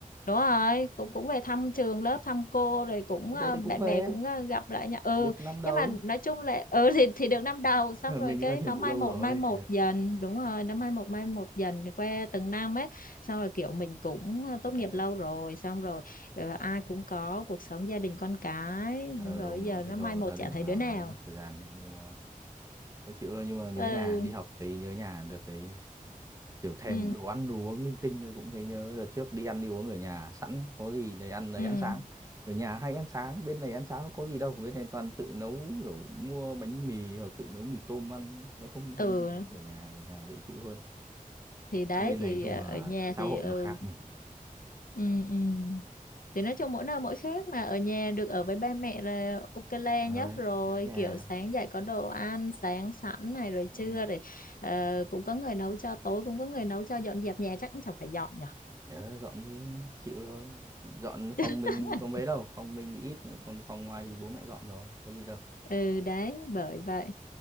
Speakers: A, on the left; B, on the right.
A: đúng rồi cũng cũng về thăm trường lớp thăm cô rồi cũng
B: Ờ,
A: à,
B: đợt đấy
A: bạn
B: cũng về
A: bè cũng à, gặp lại nha ừ
B: được năm đâu
A: nhưng mà nói chung là ừ thì thì được năm đầu xong
B: Ờ,
A: rồi
B: mình
A: cái
B: ra trường
A: nó
B: cũng
A: mai
B: lâu
A: một
B: rồi
A: mai một dần đúng rồi nó mai một mai một dần qua từng năm ấy xong rồi kiểu mình cũng ờ, tốt
B: ờ
A: nghiệp lâu rồi xong rồi ờ, ai cũng có cuộc sống gia đình con cái
B: Ờ,
A: xong rồi
B: đúng đúng
A: giờ
B: cái
A: nó
B: cho
A: mai một
B: gia
A: chả
B: đình
A: thấy
B: vào
A: đứa nào
B: nó mất thời gian đấy nhưng mà phải chịu thôi nhưng mà nhớ
A: ừ
B: nhà đi học thì nhớ nhà đợt đấy kiểu thèm
A: ừ
B: đồ ăn đồ uống linh tinh thôi cũng thấy nhớ đợt trước đi ăn đi uống ở nhà sẵn có gì để ăn đấy
A: ừ
B: ăn sáng ở nhà hay ăn sáng bên này ăn sáng nó có gì đâu bên này toàn tự nấu kiểu mua bánh mì hoặc tự nấu mì tôm ăn nó không không
A: ừ
B: ở nhà ở nhà dễ chịu hơn
A: thì đấy
B: bên
A: thì
B: này chung
A: ờ,
B: là
A: ở nhà
B: xã
A: thì
B: hội
A: ừ
B: nó khác mình
A: ừ ừ thì nói chung mỗi nơi mỗi khác mà ở nhà được ở với ba mẹ là ok le
B: ở
A: nhất
B: đấy
A: rồi
B: nhớ nhà
A: kiểu sáng dậy có đồ ăn sáng sẵn này rồi
B: Ừ.
A: trưa rồi ờ, cũng có người nấu cho tối cũng có người nấu cho dọn dẹp nhà chắc cũng chẳng phải dọn nhở
B: Đó, dọn thì chịu rồi dọn phòng
A: <laughs>
B: mình thì có mấy đâu phòng mình thì ít còn phòng ngoài thì bố mẹ dọn rồi có gì đâu
A: ừ đấy bởi vậy